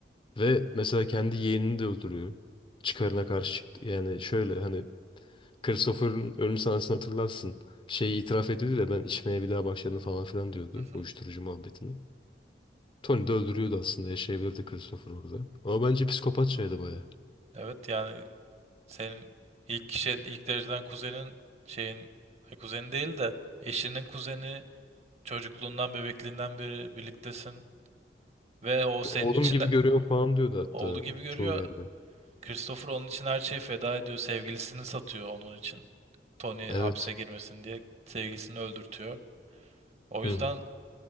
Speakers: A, on the left; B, on the right.
A: Ve mesela kendi yeğenini de öldürüyor. Çıkarına karşı çıktı. Yani şöyle hani Christopher'ın ölüm sahnesini hatırlarsın. Şeyi itiraf ediyordu da ben içmeye bir daha başladım falan filan diyordu.
B: Hı hı.
A: Uyuşturucu muhabbetini. Tony de öldürüyordu aslında yaşayabilirdi Christopher orada. Ama bence psikopatçaydı baya.
B: Evet yani senin ilk kişi ilk dereceden kuzenin şeyin ay, kuzeni değil de eşinin kuzeni çocukluğundan bebekliğinden beri birliktesin ve o senin
A: Oğlum
B: için
A: gibi görüyorum falan diyordu hatta
B: oğlu gibi görüyor.
A: çoğu yerde.
B: Christopher onun için her şeyi feda ediyor. Sevgilisini satıyor onun için. Tony
A: Evet.
B: hapse girmesin diye sevgilisini öldürtüyor. O
A: Hı
B: yüzden
A: hı.